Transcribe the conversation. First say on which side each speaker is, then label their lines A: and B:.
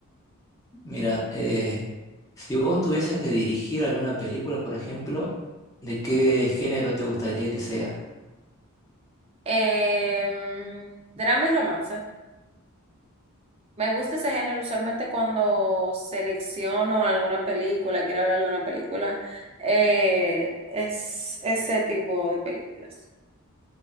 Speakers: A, on the left; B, on the right.
A: Mira, eh, si vos tuvieses que dirigir alguna película, por ejemplo, ¿de qué género te gustaría que sea?
B: Em, drama y romance. Me gusta ese género, usualmente cuando selecciono alguna película, quiero ver alguna película, eh, es ese tipo de películas.